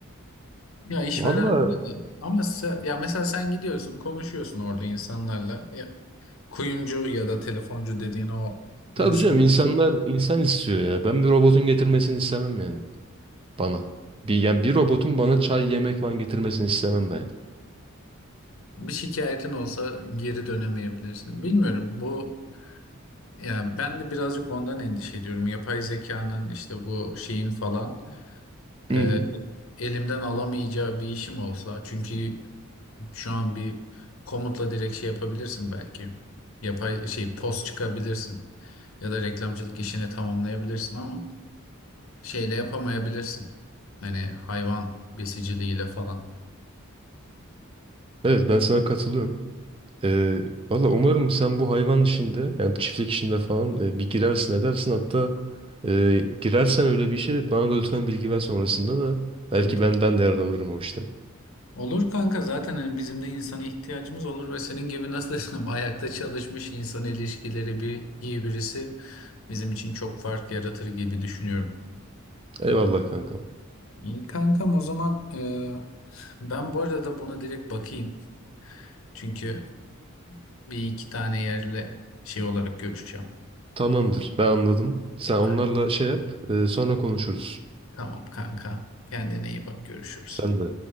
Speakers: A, on the left (about 70°); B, on the right (about 25°).
A: Ya işveren
B: Valla
A: öyle değil. Ama se- ya mesela sen gidiyorsun, konuşuyorsun orada insanlarla. E, kuyumcu ya da telefoncu dediğin o
B: Tabii
A: insanlar
B: canım insanlar insan istiyor ya. Ben bir robotun getirmesini istemem yani bana. Bir, yani bir robotun bana çay yemek falan getirmesini istemem ben.
A: bir şikayetin olsa geri dönemeyebilirsin. Bilmiyorum bu ya ben de birazcık ondan endişe ediyorum. Yapay zekanın işte bu şeyin falan
B: Hı
A: e,
B: hı.
A: elimden alamayacağı bir işim olsa. Çünkü Şu an bir komutla direkt şey yapabilirsin belki. Yapay şey post çıkabilirsin ya da reklamcılık işini tamamlayabilirsin ama şeyle yapamayabilirsin. Hani hayvan besiciliğiyle falan.
B: Evet ben sana katılıyorum. Ee, valla umarım sen bu hayvan işinde yani çiftlik işinde falan e, bir girersin edersin. Hatta e, girersen öyle bir şey bana da lütfen bilgi ver sonrasında da belki
A: Tabii
B: ben, ben de yararlanırım o işten.
A: Olur kanka zaten hani bizim de insana ihtiyacımız olur ve senin gibi nasıl desem <laughs> ayakta çalışmış insan ilişkileri bir iyi birisi bizim için çok fark yaratır gibi düşünüyorum.
B: Eyvallah kankam.
A: İyi kankam o zaman e, ben bu arada buna direkt bakayım. Çünkü bir iki tane yerle şey olarak görüşeceğim.
B: Tamamdır ben anladım. Sen onlarla
A: Evet,
B: şey yap e, sonra konuşuruz.
A: tamam kanka kendine iyi bak görüşürüz.
B: Sen de.